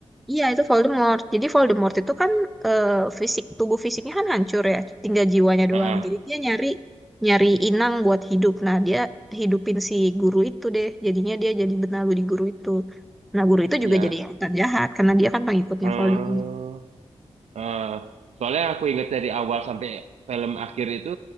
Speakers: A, in the centre; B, on the right.
A: Iya itu Voldemort. Jadi Voldemort itu kan eh, fisik tubuh fisiknya kan hancur ya, tinggal jiwanya
B: Ah,
A: doang.
B: ah.
A: Jadi dia nyari nyari inang buat hidup. Nah dia hidupin si guru itu deh. Jadinya dia jadi benalu di guru itu. Nah guru itu
B: iya.
A: juga jadi hutan jahat karena dia kan pengikutnya
B: Hmm,
A: Voldemort.
B: ah. Soalnya aku ingat dari awal sampai film akhir itu